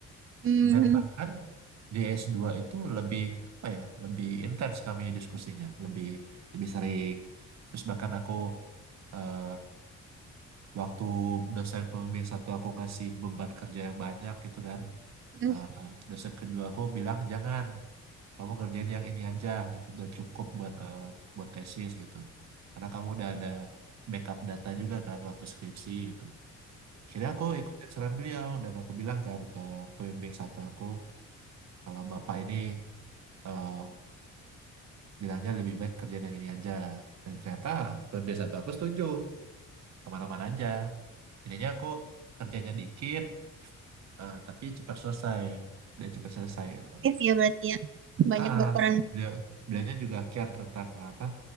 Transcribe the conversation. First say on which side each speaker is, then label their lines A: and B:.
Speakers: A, on the right (about 45°); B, on the right (about 60°).
A: Hmm,
B: dan bahkan di S2 itu lebih apa ya lebih intens kami diskusinya lebih lebih sering terus bahkan aku eh, waktu dosen pembimbing satu aku ngasih beban kerja yang banyak gitu kan
A: hmm,
B: eh, dosen kedua aku bilang jangan kamu kerjain yang ini aja gitu dan cukup buat eh, buat tesis gitu karena kamu udah ada backup data juga kan waktu skripsi gitu Jadi aku ikutin saran beliau dan aku bilang kan ke pembimbing satu aku kalau bapak ini eh, bilangnya lebih baik kerjaan yang ini aja. Dan ternyata pembimbing satu aku setuju kemana-mana aja. Jadinya aku kerjanya dikit eh, tapi cepat selesai dan cepat selesai gitu.
A: aktif ya berarti ya. Banyak
B: Nah,
A: berperan
B: beliau beliaunya juga care tentang apa